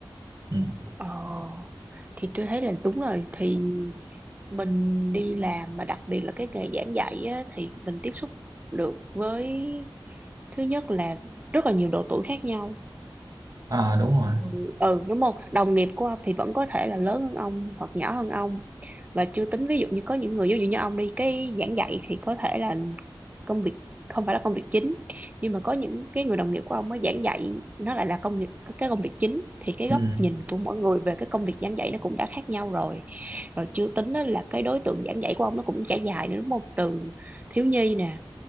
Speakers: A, on the right; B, on the right.
A: ừ.
B: Ờ, thì tôi thấy là đúng rồi thì mình đi làm mà đặc biệt là cái nghề giảng dạy á, thì mình tiếp xúc được với thứ nhất là rất là nhiều độ tuổi khác nhau
A: à đúng rồi
B: ừ ừ, đúng không đồng nghiệp của ông thì vẫn có thể là lớn hơn ông hoặc nhỏ hơn ông và chưa tính ví dụ như có những người ví dụ như ông đi cái giảng dạy thì có thể là công việc không phải là công việc chính nhưng mà có những cái người đồng nghiệp của ông mới giảng dạy nó lại là công việc cái công việc chính thì cái
A: ừ.
B: góc nhìn của mỗi người về cái công việc giảng dạy nó cũng đã khác nhau rồi rồi chưa tính đó là cái đối tượng giảng dạy của ông nó cũng trải dài nữa đúng không từ thiếu nhi nè